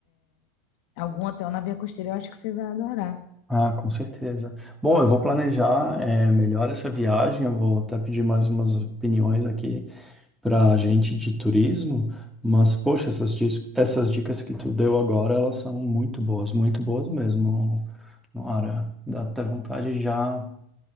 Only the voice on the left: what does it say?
algum hotel na Via Costeira, eu acho que você vai adorar.